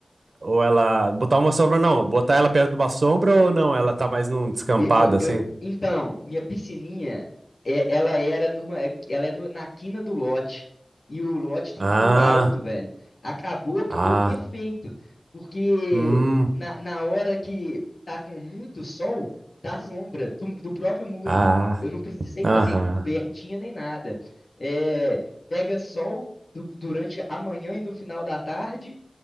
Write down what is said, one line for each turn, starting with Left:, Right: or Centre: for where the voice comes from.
Right: Ou ela. Botar uma sombra, não. Botar ela perto de uma sombra ou não? Ela tá mais num descampado
Left: Eu, eu,
Right: assim?
Left: eu- então, minha piscininha, é- ela era numa, ela é no- na quina do lote. E o lote tem
Right: Ah,
Left: muro alto, velho. Acabou que
Right: ah,
Left: deu perfeito. Porque
Right: hum,
Left: na, na hora que tá com muito sol, tá sombra do, do próprio muro.
Right: ah,
Left: Eu não precisei
Right: aham.
Left: fazer cobertinha nem nada. É, pega sol du- durante a manhã e no final da tarde.